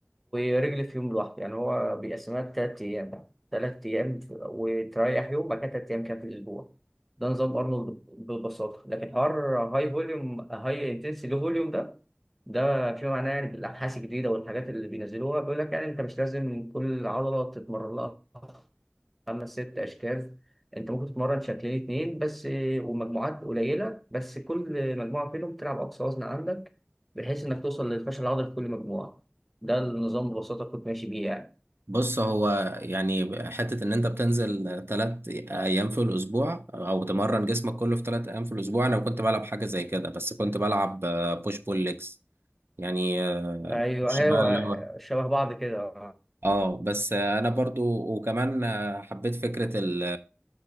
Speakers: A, in the centre; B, on the right.
A: ورجل في يوم لوحده يعني هو بيقسمها لتلات أيام بقى تلات أيام وتريح يوم بعد كده تلات أيام كده في الأسبوع ده نظام أرنولد ببساطة لكن حوار هاي فوليوم هاي انتنسي لو فوليوم ده ده في معناه يعني بالأبحاث الجديدة والحاجات اللي بينزلوها بيقول لك يعني أنت مش لازم كل عضلة تتمرن لها خمس ست اشكال انت ممكن تتمرن شكلين اتنين بس ومجموعات قليله بس كل مجموعه فيهم تلعب اقصى وزن عندك بحيث انك توصل للفشل العضلي في كل مجموعه ده النظام ببساطه كنت ماشي بيه يعني
B: بص هو يعني حتة إن أنت بتنزل تلات أيام في الأسبوع أو تمرن جسمك كله في تلات أيام في الأسبوع أنا كنت بلعب حاجة زي كده بس كنت بلعب بوش بول ليجز يعني آه،
A: ايوه
B: مش
A: ايوه
B: بقى اللي هو
A: شبه بعض كده
B: اه بس آه، انا برضو وكمان آه، حبيت فكره ال